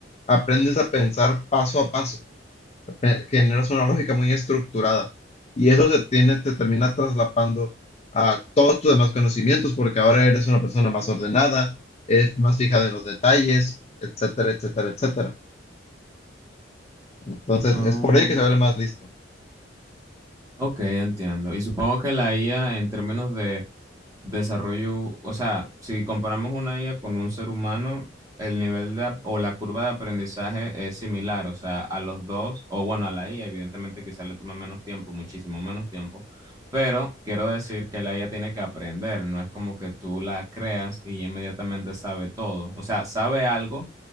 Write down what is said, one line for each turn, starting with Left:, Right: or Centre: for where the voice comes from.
Left: aprendes a pensar paso a paso. eh, generas una lógica muy estructurada. Y eso se tiene, te termina traslapando a todos tus demás conocimientos, porque ahora eres una persona más ordenada, es más fijada en los detalles, etcétera, etcétera, etcétera. Entonces,
Right: Oh,
Left: es por ello que se vuelve más listo.
Right: ok, entiendo. Y supongo que la IA en términos de desarrollo, o sea, si comparamos una IA con un ser humano, el nivel de, ap- o la curva de aprendizaje es similar, o sea, a los dos, o bueno, a la IA, evidentemente quizá le tome menos tiempo, muchísimo menos tiempo, pero quiero decir que la IA tiene que aprender, no es como que tú la creas y inmediatamente sabe todo, o sea, sabe algo